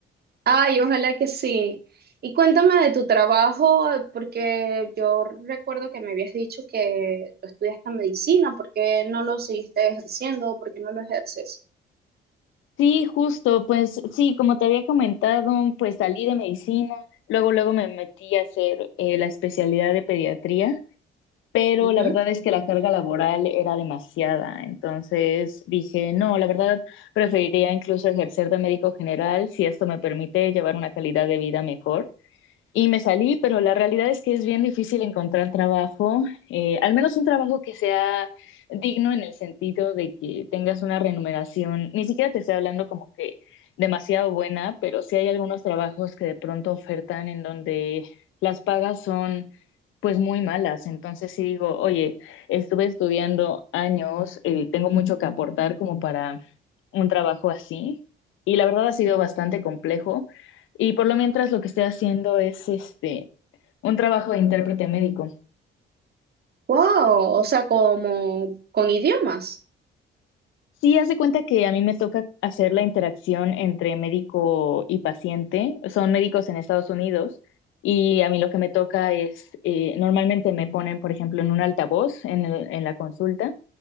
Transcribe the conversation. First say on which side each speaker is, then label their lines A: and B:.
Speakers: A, on the right; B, on the left.
A: Ay, ojalá que sí. Y cuéntame de tu trabajo, porque yo recuerdo que me habías dicho que tú estudiaste medicina, ¿por qué no lo seguiste ejerciendo? ¿Por qué no lo ejerces?
B: Sí, justo, pues sí, como te había comentado, pues salí de medicina, luego luego me metí a hacer eh, la especialidad de pediatría pero
A: Ujú.
B: la verdad es que la carga laboral era demasiada. Entonces dije, no, la verdad preferiría incluso ejercer de médico general si esto me permite llevar una calidad de vida mejor y me salí, pero la realidad es que es bien difícil encontrar trabajo, eh, al menos un trabajo que sea digno en el sentido de que tengas una remuneración, ni siquiera te estoy hablando como que demasiado buena, pero sí hay algunos trabajos que de pronto ofertan en donde las pagas son pues muy malas. Entonces sí digo, oye, estuve estudiando años, eh, tengo mucho que aportar como para un trabajo así. Y la verdad ha sido bastante complejo. Y por lo mientras lo que estoy haciendo es este un trabajo de intérprete médico.
A: Wow, o sea, como con idiomas.
B: Sí, haz de cuenta que a mí me toca hacer la interacción entre médico y paciente. Son médicos en Estados Unidos y a mí lo que me toca es, eh, normalmente me ponen, por ejemplo, en un altavoz en, el- en la consulta.